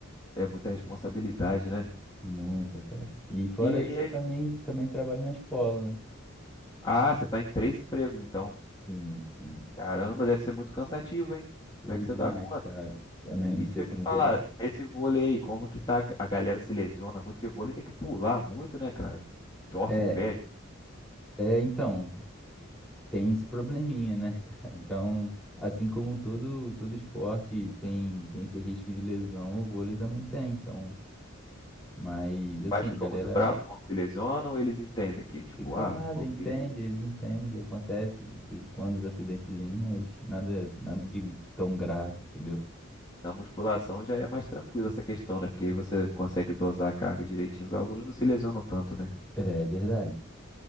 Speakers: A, on the left (about 20°); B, in the centre.
A: É muita responsabilidade, né?
B: Muita, cara. E fora
A: E, e
B: isso,
A: aí...
B: eu também, também trabalho na escola, né?
A: Ah, você tá em três empregos, então.
B: Sim, sim.
A: Caramba, deve ser muito cansativo, hein? Como
B: Pô,
A: é
B: é
A: que
B: demais,
A: você dá conta?
B: cara. Também não
A: E
B: sei
A: deixa
B: como
A: eu te falar,
B: todo.
A: esse vôlei aí, como que tá? A galera se lesiona muito, porque vôlei tem que pular muito, né, cara? Torce
B: É,
A: o pé.
B: é, então, tem esse probleminha, né, <laughs> cara? Então, assim como todo, todo esporte tem, tem esse risco de lesão, o vôlei também tem, então. Mas, assim,
A: pais ficam
B: a galera,
A: muito bravos quando se lesionam, eles entendem que, tipo,
B: Fica
A: ah,
B: nada,
A: meu
B: entende,
A: filho,
B: eles entendem, acontece de vez em quando os acidentezinhos, mas nada, nada de tão grave, entendeu?
A: na musculação já é mais tranquila essa questão, né? Porque aí você consegue dosar a carga direitinho, os alunos não se lesionam tanto, né?
B: É verdade.